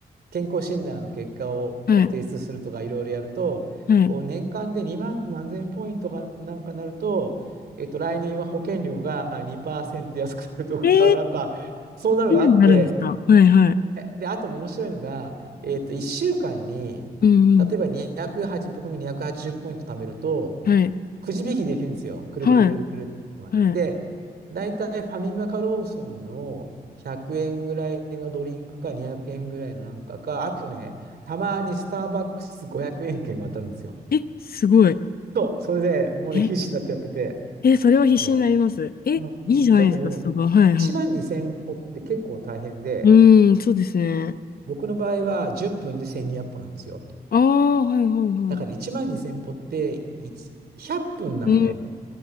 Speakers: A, on the right; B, on the left.
A: 健康診断の結果を提出するとか、
B: はい、
A: いろいろやると、
B: はい。
A: こう年間で2万何千ポイントかなんかなると、えっと、来年は保険料が2%安くなるとか、
B: えー、
A: <laughs> なんか、そんなのがあって、
B: うんなるんですかはい、はい。
A: で、あと面白いのが、えっと、1週間に、
B: うん、
A: 例えば208、
B: うん。
A: 僕の280ポイント貯めると、
B: はい、
A: くじ引きできるんですよ。くるくるくるくるって回って。
B: はい、は
A: で、大体ファミマかローソンの100円ぐらいのドリンクか200円ぐらいのなんかか、あとね、たまにスターバックス500円券が当たるんですよ。
B: い。え、すごい。
A: そう、それでもうね、
B: え、
A: 必死になってやってて。
B: え、それは必死になります。
A: そ
B: え、
A: ううん、
B: いいじゃないですか、
A: だけど、
B: スタバ。
A: 1万2000歩って結構大変で、
B: はい、はい。うーん、そうですね。
A: 僕の場合は10分で1200歩なんですよ。
B: ああ、はい、はい、はい。
A: だから1万2000歩って100分なのね。
B: うー